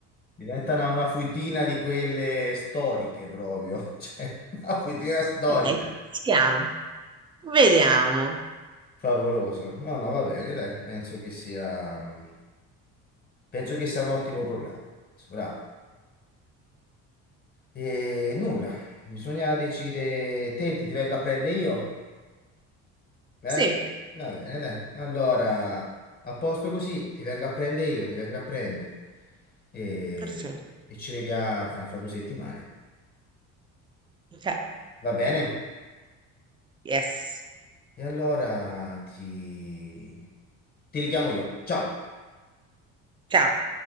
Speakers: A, on the left; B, on the right.
A: diventa una, una fuitina di quelle storiche proprio, <laughs> cioè una fuitina storica.
B: Ok, stiamo, vediamo.
A: Favoloso. No, no, va bene, dai, penso che sia, mm, penso che sia un ottimo programma. Penso, bravo. E nulla, bisogna decidere, te ti, ti vengo a prendere io? Eh?
B: Sì,
A: Va bene, dai. Allora, a posto così, ti vengo a prendere io, ti vengo a prendere. E,
B: perfetto.
A: e ci vediamo fra fra due settimane.
B: Ok,
A: Va bene?
B: yes,
A: E allora ti... ti richiamo io. Ciao!
B: ciao.